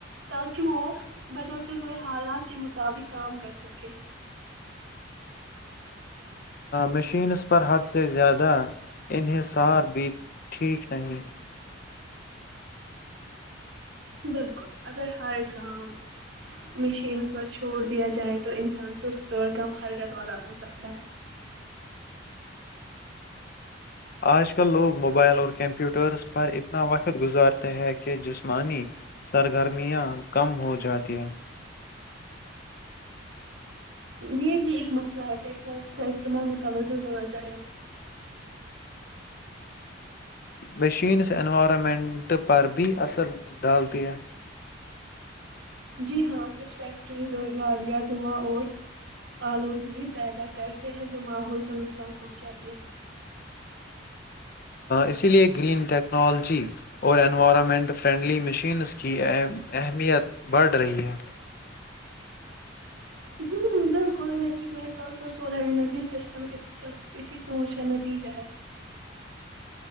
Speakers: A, on the right (about 65°); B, on the left (about 50°).
A: تاکہ وہ بدلتے ہوئے حالات کے مطابق کام کر سکے
B: مشینس پر حد سے زیادہ انحصار بھی ٹھیک نہیں
A: بالکل اگر ہر کام مشینس پر چھوڑ دیا جائے تو تو انسان سست اور کم حرکت والا ہو سکتا ہے
B: آج کل لوگ موبائل اور کمپیوٹرس پر اتنا وقت گزارتے ہے کہ جسمانی سرگرمیاں کم ہو جاتی ہیں
A: یہ بھی ایک مسئلہ ہے گز کا استعمال متوازن ہونا چاہیے
B: مشینس انوائرمنٹ پر بھی اثر ڈالتی ہے
A: جی ہاں کچھ فیکٹریز اور گاڑیاں دھواں اور آلودگی پیدا کرتے ہیں جو ماحول کو نقصان پہنچاتی ہے
B: اسی لیے گرین ٹیکنالوجی اور انوائرمنٹ فرینڈلی مشینس کی اہمیت بڑھ رہی ہے
A: ہوں بالکل الیکٹرک وہیکلس اور سولر انرجی سسٹم کس اسی سوچ کا نتیجہ ہے